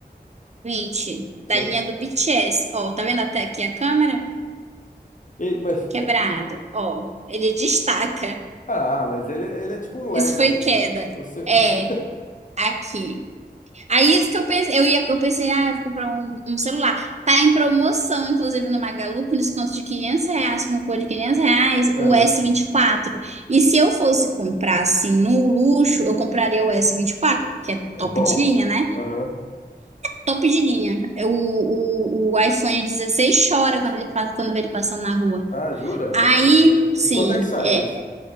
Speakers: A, on the right (about 40°); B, on the left (about 50°).
A: vinte da
B: Que é...
A: linha do BTS. Ó, tá vendo até aqui a câmera?
B: e- mas-
A: Quebrado. Ó, ele destaca.
B: Ah, mas ele, ele é tipo um Lego.
A: Isso foi queda.
B: Você.
A: É,
B: <laughs>
A: aqui. Aí isso que eu pensei, eu ia, eu pensei, ah, eu vou comprar um, um celular. Tá em promoção, inclusive, no Magalu, com desconto de 500 reais, com cupom de 500 reais,
B: Aham.
A: o s vinte E quatro. E se eu fosse comprar, assim, no luxo, eu compraria o s vinte e quatro, porque é
B: É
A: top
B: bom?
A: de linha, né?
B: Aham.
A: Top de linha. É O, o, o iPhone dezesseis chora quando ele passa, quando vê ele passando na rua.
B: Ah, jura?
A: Aí,
B: É, esse é o...
A: sim,
B: E quanto é que sai
A: é,
B: esse?